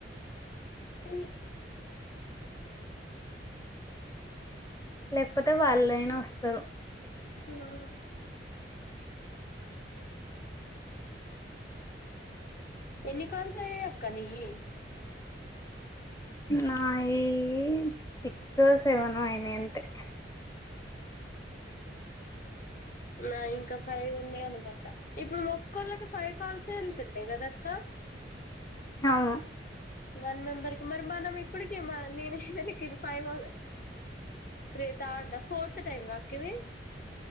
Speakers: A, on the left (about 50°); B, on the left (about 20°).
A: అ
B: లేకపోతే వాళ్ళయినా వస్తారు
A: ఎవరు ఎన్ని కాల్స్ అయ్యాయక్క నీవి
B: నాయి సిక్సో, సెవెనో అయినాయి అంతే
A: నావి ఇంకా ఫైవ్ ఉన్నాయి అనుకుంటా ఇప్పుడు ఒక్కళ్ళకి ఫైవ్ కాల్సే వెళ్తున్నాయి కదక్క
B: అవును
A: వన్ మెంబర్కిి మరి మనం ఇప్పటికి మరి నేను ఇప్పటికి five, three third fourth time మాకిది